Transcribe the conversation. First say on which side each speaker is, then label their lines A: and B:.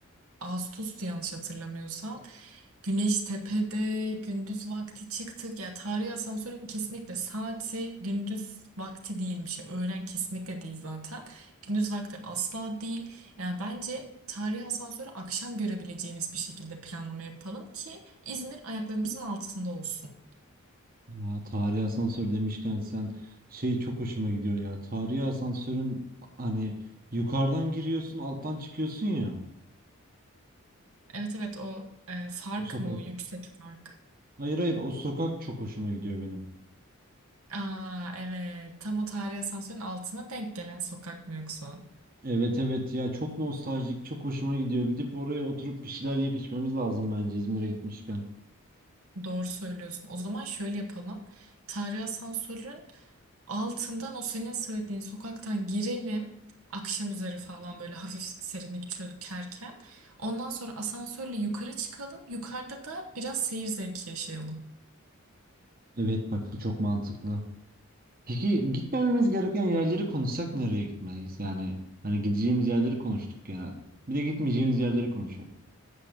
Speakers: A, on the right; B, on the right.
A: Ağustos'tu yanlış hatırlamıyorsam. Güneş tepede, gündüz vakti çıktık. Ya tarihi asansörün kesinlikle saati gündüz vakti değilmiş. Ya, öğlen kesinlikle değil zaten. Gündüz vakti asla değil. Yani bence tarihi asansörü akşam görebileceğimiz bir şekilde planlama yapalım ki İzmir ayaklarımızın altında olsun.
B: Aa, tarihi asansör demişken sen şey çok hoşuma gidiyor ya. Tarihi asansörün hani yukarıdan giriyorsun alttan çıkıyorsun ya.
A: Evet evet o e, fark
B: O sokak.
A: mı o yüksek fark?
B: Hayır hayır o sokak çok hoşuma gidiyor benim.
A: Aa evet tam o tarihi asansörün altına denk gelen sokak mı yoksa?
B: Evet evet ya çok nostaljik çok hoşuma gidiyor. Gidip oraya oturup bir şeyler yiyip içmemiz lazım bence İzmir'e gitmişken.
A: Doğru söylüyorsun. O zaman şöyle yapalım. Tarihi asansörün altından o senin söylediğin sokaktan girelim. Akşam üzeri falan böyle hafif serinlik çökerken. Ondan sonra asansörle yukarı çıkalım. Yukarıda da biraz seyir zevki yaşayalım.
B: Evet bak bu çok mantıklı. Peki gitmememiz gereken yerleri konuşsak nereye gitmeliyiz? Yani hani gideceğimiz yerleri konuştuk genel. Bir de gitmeyeceğimiz yerleri konuşalım.